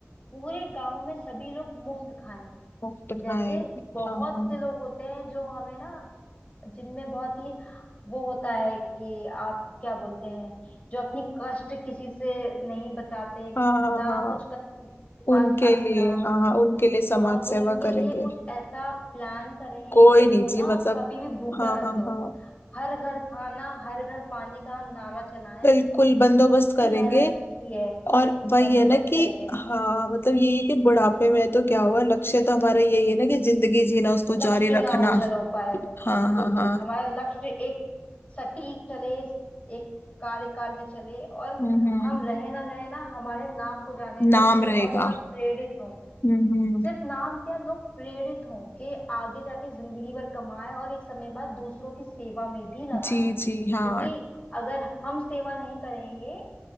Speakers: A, on the left; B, on the left.
A: पूरे गांव में सभी लोग मुफ्त खाएं
B: मुफ्त खाए
A: जैसे बहुत
B: हाँ हाँ
A: से लोग होते हैं जो हमें ना जिनमें बहुत ही वो होता है कि आप क्या बोलते हैं जो अपनी कष्ट किसी से नहीं बताते
B: हाँ हाँ
A: ना
B: हाँ
A: कुछ करेंगे के
B: उनके
A: पास अन्न
B: लिए
A: ना हो
B: हाँ हाँ उनके लिए समाज
A: तो हम
B: सेवा
A: उनके
B: करेंगे
A: लिए कुछ ऐसा प्लान करें
B: कोई
A: कि
B: नहीं
A: वो
B: जी
A: ना
B: मतलब
A: कभी भी भूखा
B: हाँ
A: न
B: हाँ
A: सोए
B: हाँ
A: हर घर खाना हर घर पानी का हम नारा चलाएं
B: बिल्कुल बंदोबस्त
A: जितनी
B: करेंगे
A: मेहनत की है
B: और वही
A: बंदोबस्त
B: है ना कि
A: करेंगे
B: हाँ मतलब यही है कि बुढ़ापे में तो क्या हुआ लक्ष्य तो हमारा यही है ना कि जिंदगी जीना उसको
A: लक्ष्य
B: जारी
A: ना
B: रखना
A: ओझल हो पाए
B: हाँ
A: बिल्कुल
B: हाँ
A: भी
B: हाँ
A: हमारा लक्ष्य एक सटीक चले एक कार्यकाल में चले और
B: हम्म हम्म
A: हम रहे ना रहे ना हमारे नाम को जाने लोग
B: नाम
A: के और
B: रहेगा
A: सब प्रेरित हों
B: हम्म हम्म
A: सिर्फ नाम क्या लोग प्रेरित हों कि आगे जाके जिंदगी भर कमाएं और एक समय बाद दूसरों की सेवा में भी लगाएं
B: जी जी
A: क्योंकि
B: हाँ
A: अगर हम सेवा नहीं करेंगे